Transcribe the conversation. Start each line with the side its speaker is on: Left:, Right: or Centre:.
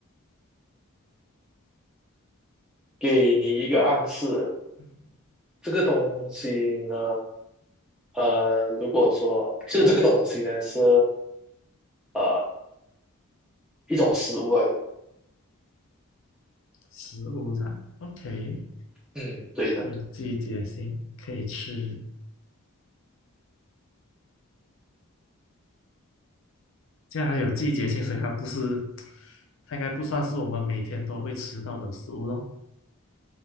Centre: 给你一个暗示，
Left: 嗯，
Centre: 这个东西呢。呃，如果说就是这个东西呢是呃一种食物来的，
Left: 食物上 OK，
Centre: 嗯，对的，
Left: 有季节性可以吃。既然它有季节性，所以它不是，它应该不算是我们每天都会吃到的食物咯。